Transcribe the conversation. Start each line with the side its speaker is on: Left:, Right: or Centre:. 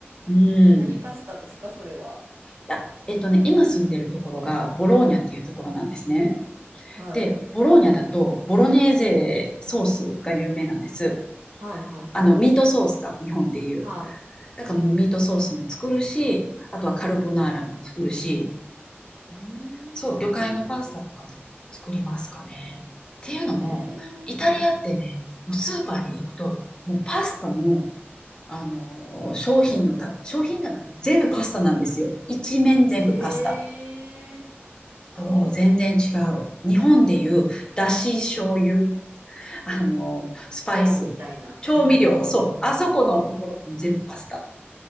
Left: うん。い
Right: え、何パスタですかそれは。
Left: や、えっとね、今住んでるところがボローニャっていうところなんですね。
Right: はい。
Left: で、ボローニャだと、ボロネーゼソースが有名なんです。
Right: はいはいはい。
Left: あの、ミートソースか、日本でいう。
Right: はい。
Left: だからもうミートソースも作るし、あとはカルボナーラも作るし、
Right: うん。うーん。
Left: そう、魚介のパスタとかも作りますかね。っていうのも、
Right: ええはい。
Left: イタリアってね、もうスーパーに行くと、もうパスタの、あのー商品のた、
Right: は
Left: 商品棚、全部パスタなんですよ。一面全部パスタ。
Right: い。ええ
Left: そう、全然違う。日本でいう、だし醤油あの、スパイス、
Right: そうみたいな。
Left: 調味料、
Right: うんうんうん。
Left: そう、あそこのところが全部パスタ。